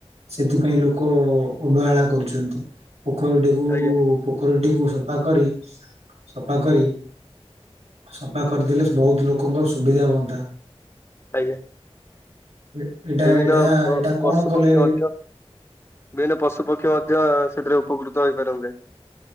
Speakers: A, on the right (about 85°); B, on the left (about 25°).
A: ସେଥିପାଇଁ ଲୋକ ଓ ଅବହେଳା କରୁଛନ୍ତି। ପୋଖରୀଟିକୁ
B: ଆଜ୍ଞା
A: ପୋଖରୀ <inaudible> ସଫା କରି ସଫା କରି ସଫା କରିଦେଲେ ବହୁତ ଲୋକଙ୍କ ସୁବିଧା ହୁଅନ୍ତା।
B: ଆଜ୍ଞା।
A: ଏ- ଏଇଟା
B: ବିଭିନ୍ନ
A: ଏଇଟା
B: ପଶୁ
A: ଏଇଟା କଣ କଲେ
B: ପକ୍ଷୀ ମଧ୍ୟ ବିଭିନ୍ନ ପଶୁ ପକ୍ଷୀ ମଧ୍ୟ ସେଥିରେ ଉପକୃତ ହେଇପାରନ୍ତେ।